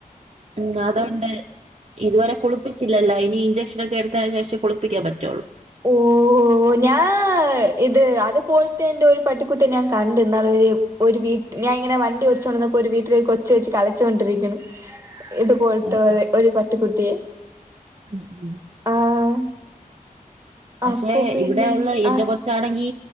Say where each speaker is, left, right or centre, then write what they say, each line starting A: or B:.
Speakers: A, on the right; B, on the right.
A: ഉം അതൊണ്ട് ഇതുവരെ കുളിപ്പിച്ചില്ലല്ലോ ഇനി ഇഞ്ചെക്ഷന ഒക്കെ എടുത്തതിന് ശേഷം കുളിപ്പിക്കാൻ പറ്റുള്ളൂ.
B: ഓഹോ ഞാ ഇത് അതുപോലത്തെ എന്റെ ഒരു പട്ടിക്കുട്ടി ഞാൻ കണ്ട ഇന്നാള ഒരു വീട്ട ഞാൻ ഇങ്ങനെ വണ്ടി ഓടിച്ചോണ്ടിരുന്നപ്പോ ഒരു വീട്ടിൽ കൊച്ചച്ച് വെച്ച് കളച്ചുകൊണ്ടിരിക്കുന്നു ഇത്പോലത്തെ
A: ഉം
B: ഒരു പട്ടിക്കുട്ടിയെ
A: ഉം ഉം.
B: ആഹ്
A: പക്ഷെ
B: അപ്പൊ പിന്നെ
A: ഇവിടെ ഉള്ള എന്റെ
B: ആഹ്
A: കുറച്ചാണെങ്കി